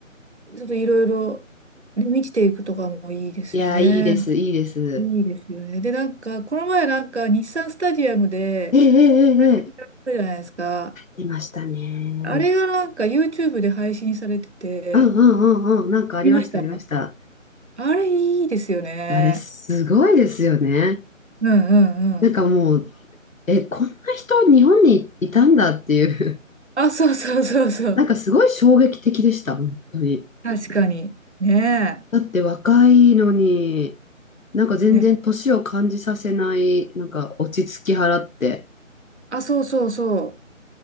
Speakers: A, on the right; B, on the left.
A: ちょっといろいろ、ね、見ていくとかもいいですよね。
B: いや、いいです、いいです。
A: いいですよね。で、なんか、この前なんか、日産スタジアムで、
B: ええええええ。
A: 対局やったじゃないですか。
B: 出ましたね。
A: あれがなんか、YouTube で配信されてて、
B: うんうんうんうん。なんかありました、
A: 見ました
B: ありました。
A: あれいいですよね。
B: あれ、すごいですよね。
A: うんうんうん。
B: なんかもう、え、こんな人、日本にいたんだっていう、
A: あ、そうそうそうそう。
B: <laughs> なんかすごい衝撃的でした、本当に。
A: 確かに。ね
B: だって若いのに、なんか全然年を感じさせない、
A: え。ね。
B: なんか落ち着き払って。
A: あ、そうそうそ